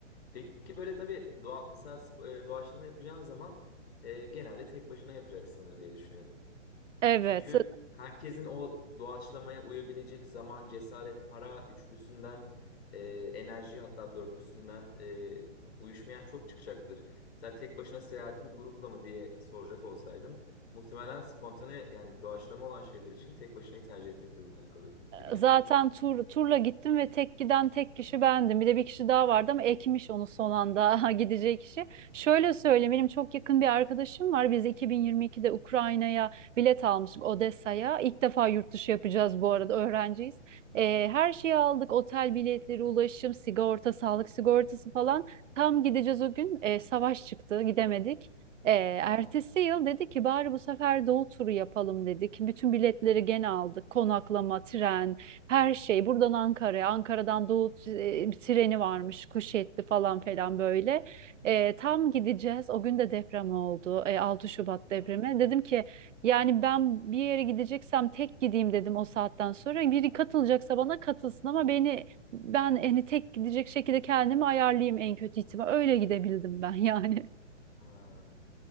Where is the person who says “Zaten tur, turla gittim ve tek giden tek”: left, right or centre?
Right